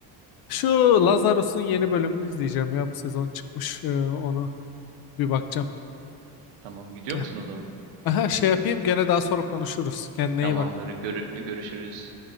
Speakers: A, on the left; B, on the right.
A: Şu Lazarus'un yeni bölümünü izleyeceğim ya bu sezon çıkmış. Ee, Onu bir bakacağım.
B: Tamam gidiyor
A: Eh.
B: musun o zaman?
A: Aha, şey yapayım gene daha sonra konuşuruz. Kendine
B: Tamamdır.
A: iyi bak.
B: Görü- görüşürüz.